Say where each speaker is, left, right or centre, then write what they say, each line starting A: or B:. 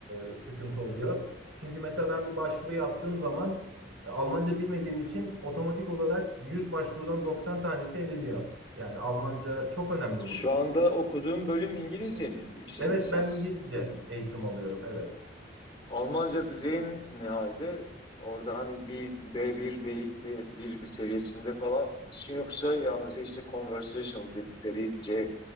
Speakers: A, on the right (about 80°); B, on the left (about 25°).
A: e, sıkıntı oluyor. Çünkü mesela ben bir başvuru yaptığım zaman e, Almanca bilmediğim için otomatik olarak 100 başvurudan 90 tanesi eleniyor. Yani Almanca çok önemli
B: Şu
A: burada.
B: anda okuduğum bölüm İngilizce mi? Yüksek
A: Evet
B: lisans
A: ben İngilizce
B: bölümü.
A: eğitim alıyorum. Evet.
B: Almanca düzeyin ne halde? Orada hani bir B1, B, B1 bir seviyesinde falan mısın yoksa yalnızca işte conversational dedikleri C